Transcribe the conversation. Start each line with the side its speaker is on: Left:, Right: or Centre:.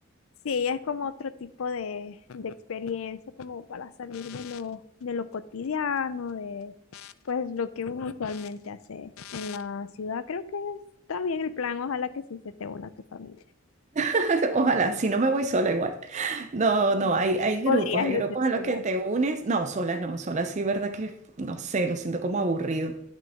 Left: Sí, es como otro tipo de, de experiencia, como para salir de lo, de lo cotidiano, de pues lo que uno usualmente hace en la ciudad. Creo que está bien el plan, ojalá que sí se te una a tu familia.
Right: <laughs> Ojalá, si no me voy sola igual. No,
Left: Mm.
Right: no, hay, hay grupos,
Left: Podrías
Right: hay
Left: irte
Right: grupos
Left: sola.
Right: a los que te unes. No, sola no, sola sí, verdad que no sé, lo siento como aburrido.